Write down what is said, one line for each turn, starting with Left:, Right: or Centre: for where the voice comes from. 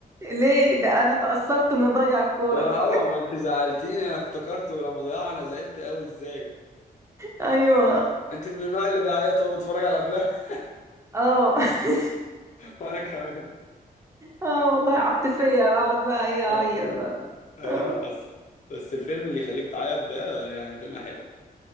Right: ليه ده انا تأثرت انه ضيع الكورة
Left: ما هو ما انت زعلتيني انا افتكرت ولما ضيعنا زعلت قوي ازاي
Right: ايوه
Left: انت من النوع اللي بيعيط وهو بيتفرج على افلام <laughs>
Right: اه <laughs>
Left: وانا كمان
Right: اه والله عاطفية بقعد بقى ايه اعيط
Left: آه،
Right: بقى
Left: ايوه
Right: اه
Left: حسن بس الفيلم اللي يخليك تعيط ده يعني فيلم حلو